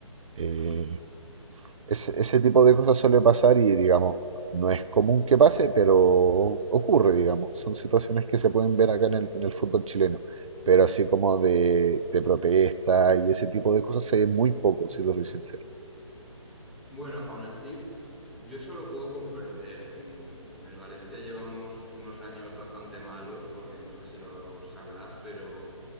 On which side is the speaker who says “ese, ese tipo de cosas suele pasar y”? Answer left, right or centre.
Right